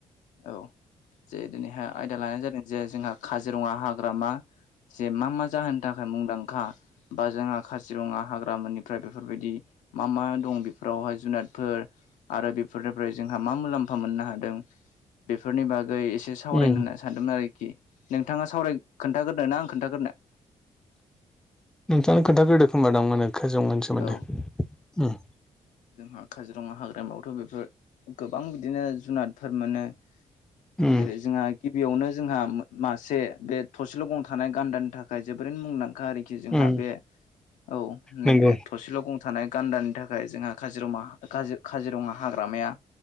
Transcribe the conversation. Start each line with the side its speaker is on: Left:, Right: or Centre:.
Left: औ जे दिनैहाय आयदा लानाय जादों जे जोंहा काजिरङा हाग्रामा जे मा मा जाहोननि थाखाय मुंदांखा? बा जोंहा काजिरङा हाग्रामोननिफ्राय बेफोरबायदि मा मा दं बेफोरावहाय जुनादफोर आरो बेफोरनिफ्राय जोंहा मा मुलाम्फा मोननो हादों बेफोरनि बागै एसे सावरायनो
Centre: उम
Left: होनना सानदोंमोन आरोखि नोंथाङा सावराय खोनथाग्रोना आं खोनथाग्रोनो?
Centre: नोंथांनो खोन्थाखोदो खोमाादोंंमोन खाजौमोन सोमोन्दो
Left: औ जोंहा काजिरङा हाग्रामायावथ' बेफोर गोबां बिदिनो जुनादफोर मोनो
Centre: उम
Left: जेरै जोंहा गिबियावनो जोंहा मासे बे थसेल' गं थानाय गान्दानि थाखाय जोबोरैनो मुंदांखा आरि आरोखि जोंहा
Centre: उम
Left: बे औ
Centre: नंगौ
Left: नैबे थसेल' गंथ गान्दानि थाखाय जोंहा काजिरङा काजिरङा हाग्रामाया